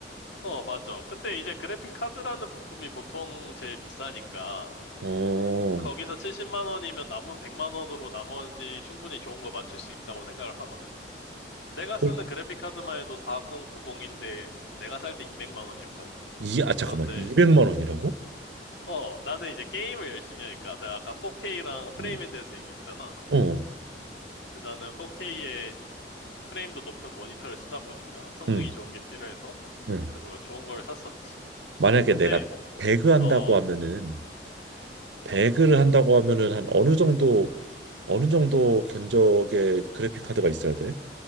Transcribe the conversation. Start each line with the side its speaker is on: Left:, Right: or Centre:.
Left: 어, 맞아. 근데 이제 그래픽 카드라는 부품이 보통 제일 비싸니까
Right: 어, 어.
Left: 거기서 70만 원이면 남은 100만 원으로 나머지 충분히 좋은 거 맞출 수 있다고 생각을 하거든. 내가 쓰는
Right: 헐,
Left: 그래픽 카드만 해도 4090인데 내가 살 때 200만 원이었거든.
Right: 이, 아, 잠깐만.
Left: 그런데
Right: 200만 원이라고?
Left: 어, 나는 이제 게임을 열심히 하니까 내가 아까 4K랑 프레임에
Right: 응.
Left: 대해서 얘기했잖아.
Right: 어,
Left: 근데 나는 4K에 프레임도 높은 모니터를 쓰다 보니까 성능이
Right: 응,
Left: 좋은 게 필요해서
Right: 응.
Left: 그거 좋은 걸 샀었지.
Right: 만약에
Left: 근데
Right: 내가 배그 한다고
Left: 어, 어,
Right: 하면은, 배그를 한다고 하면은 한 어느 정도, 어느 정도 견적의 그래픽 카드가 있어야 돼?